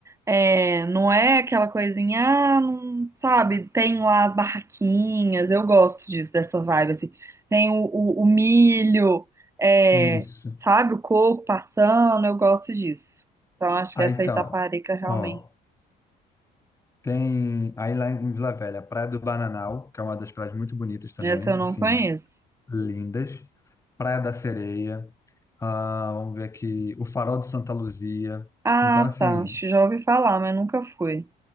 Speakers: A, on the right (about 15°); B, on the left (about 15°).
A: é, não é aquela coisinha, ah, não, sabe? Tem lá as barraquinhas, eu gosto disso, dessa vibe, assim. Tem o, o- o milho, é,
B: Isso.
A: sabe? O coco passando, eu gosto disso. Então acho
B: Aí
A: que essa
B: então,
A: Itaparica realmente,
B: ó, tem aí lá em Vila Velha, Praia do Bananal, que é uma das praias muito bonitas também,
A: essa eu não
B: assim,
A: conheço.
B: lindas. Praia da Sereia, ah, vamos ver aqui, o Farol de Santa Luzia.
A: Ah,
B: Então, assim,
A: tá. Acho que já ouvi falar, mas nunca fui.